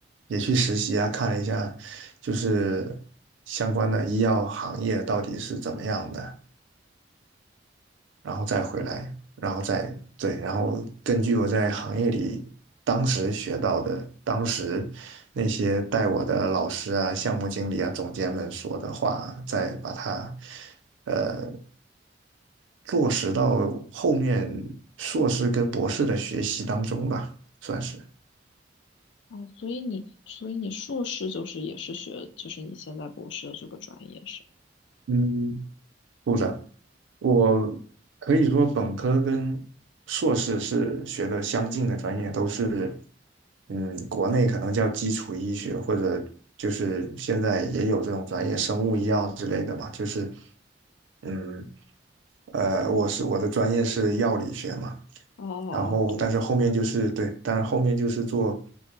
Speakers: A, on the right; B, on the left.
A: 也去实习啊，看了一下就是相关的医药行业到底是怎么样的。然后再回来，然后再对，然后根据我在行业里当时学到的，当时那些带我的老师啊、项目经理啊、总监们说的话，再把它呃落实到后面硕士跟博士的学习当中吧，算是。
B: 哦，所以你所以你硕士就是也是学就是你现在博士的这个专业是？
A: 嗯，部长。我可以说本科跟硕士是学的相近的专业，都是，嗯，国内可能叫基础医学，或者就是现在也有这种专业，生物医药之类的嘛，就是，嗯，呃，我是我的专业是药理学嘛，
B: 哦哦哦，
A: 然后但是后面就是对，
B: 对，
A: 但是后面就是做